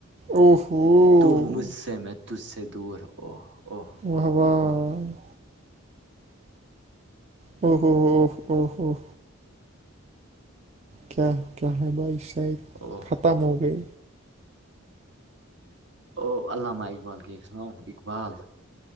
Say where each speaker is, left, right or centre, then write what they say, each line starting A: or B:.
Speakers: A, on the right; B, on the right.
A: او ہو
B: تو مجھ سے میں تج سے دور او
A: واہ واہ ہاں ہاں کیا کیا ہے بھائی شاید
B: ہاں
A: ختم ہو گئے
B: او اللامہ اقبال کی سناؤ اقبال